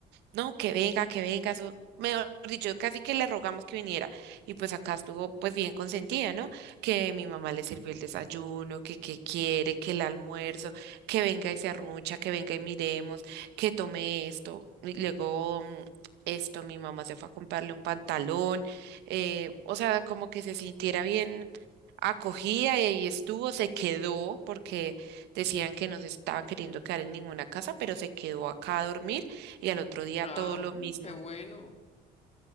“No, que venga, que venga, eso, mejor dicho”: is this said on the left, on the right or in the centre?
Right